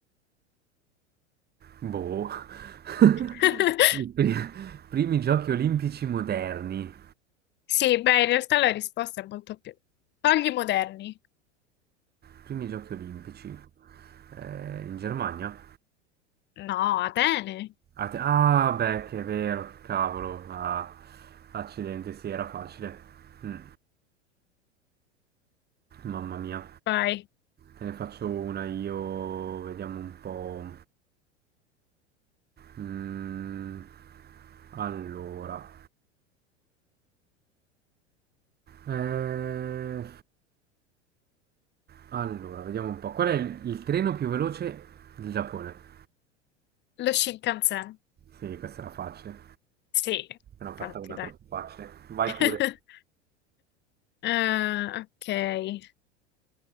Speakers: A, on the right; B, on the left.
A: Boh. <laughs>
B: <laughs>
A: I pri- primi giochi olimpici moderni.
B: Sì, beh, in realtà la risposta è molto più... Togli moderni?
A: Primi giochi olimpici. Eh, in Germania?
B: No, Atene.
A: A te- Ah, beh, che è vero, che cavolo. Ah, accidente, sì, era facile. Mm. Mamma mia,
B: Vai,
A: te ne faccio una io, vediamo un po'. Mm, allora, Eh, allora, vediamo un po'. Qual è il, il treno più veloce del Giappone?
B: lo Shinkansen.
A: Sì, questa era facile.
B: Sì,
A: Ne ho
B: infatti,
A: fatta una
B: dai.
A: troppo facile. Vai
B: <laughs>
A: pure.
B: Eh, ok.